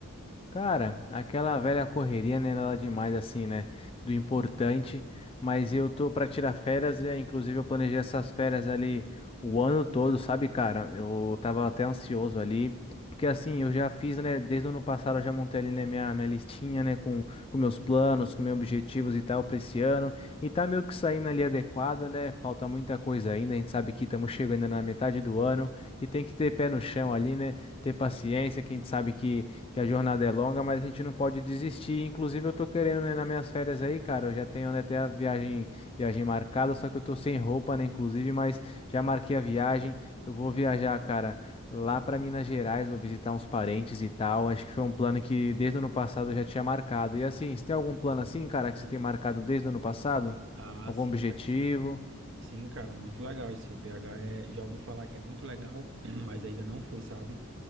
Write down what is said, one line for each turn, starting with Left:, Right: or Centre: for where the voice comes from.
Left: Cara, aquela velha correria, né, nada demais assim, né, do importante, mas eu tô pra tirar férias, né, inclusive eu planejei essas férias ali o ano todo, sabe, cara? Eu tava até ansioso ali, porque assim, eu já fiz, né, desde o ano passado eu já montei ali, né, minha, minha listinha, né, com, com meus planos, com meus objetivos e tal pra esse ano, e tá meio que saindo ali adequado, né, falta muita coisa ainda, a gente sabe que estamos chegando na metade do ano, e tem que ter pé no chão ali, né, ter paciência, que a gente sabe que que a jornada é longa, mas a gente não pode desistir. Inclusive, eu tô querendo, né, nas minhas férias aí, cara, eu já tenho, né, até a viagem, viagem marcada, só que eu tô sem roupa, né, inclusive, mas já marquei a viagem. Eu vou viajar, cara, lá para Minas Gerais, vou visitar uns parentes e tal. Acho que foi um plano que desde o ano passado eu já tinha marcado. E assim, você tem algum plano assim, cara, que você tem marcado desde o ano passado?
Right: Ah,
Left: Algum
Right: sim,
Left: objetivo?
Right: cara. Sim, cara, muito legal esse BH é, já ouvi falar que é muito legal, <clears throat> mas ainda não fui, sabe?